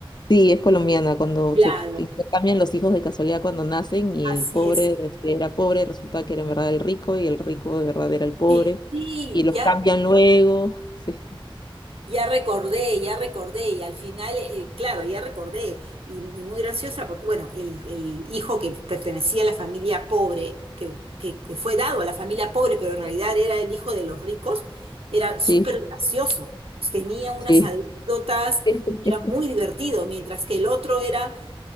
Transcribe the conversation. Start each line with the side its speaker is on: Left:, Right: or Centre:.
Left: Sí, es colombiana, cuando
Right: Claro,
Left: se intercambian los hijos de casualidad cuando nacen y
Right: así
Left: el pobre
Right: es.
Left: que era pobre resulta que era en verdad el rico y el rico de verdad era el pobre
Right: Sí, sí,
Left: y los
Right: ya,
Left: cambian luego. <laughs>
Right: ya recordé, ya recordé, y al final, eh, claro, ya recordé, y, muy muy graciosa, porque, bueno, el, el hijo que pertenecía a la familia pobre, que, que, que fue dado a la familia pobre, pero en realidad era el hijo de los ricos, era súper
Left: Sí,
Right: gracioso, tenía unas
Left: sí,
Right: anécdotas
Left: sí.
Right: y era muy
Left: <laughs>
Right: divertido, mientras que el otro era